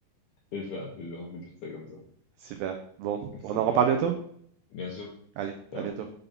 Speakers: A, on the left; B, on the right.
A: C'est ça, c'est ça, on peut dire ça comme ça.
B: Super. Bon,
A: C'est
B: on en reparle
A: ça.
B: bientôt?
A: Bien sûr.
B: Allez, à
A: Ciao.
B: bientôt.